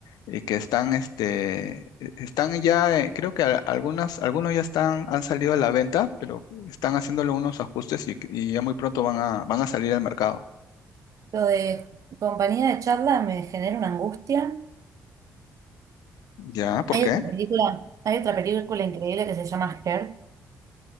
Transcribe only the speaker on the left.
Y que están, este, e- están ya, eh, creo que a- algunas, algunos ya están, han salido a la venta, pero están haciéndole unos ajustes y, y ya muy pronto van a, van a salir al mercado.
¿Ya? ¿Por
qué?